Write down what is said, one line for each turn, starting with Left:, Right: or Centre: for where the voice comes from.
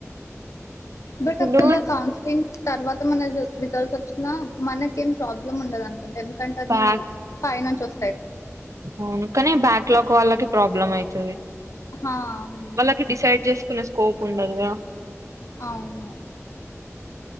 Left: బట్
Right: ఇప్పుడు
Left: ఒక్కళ కౌన్సలింగ్ తర్వాత మన రిజల్ట్స్ వచ్చి నా మనకేం ప్రాబ్లం ఉండదు అనుకుంట ఎందుకంటే అది
Right: బ్యాక్
Left: పైైనుంచి వస్
Right: అవును కానీ బ్యాక్ లాక్ వాళ్ళకి ప్రాబ్లమ్ అవుతది
Left: హా, అవును
Right: వాళ్ళకి డిసైడ్ చేసుకునే స్కోప్ ఉండదు కదా
Left: అవును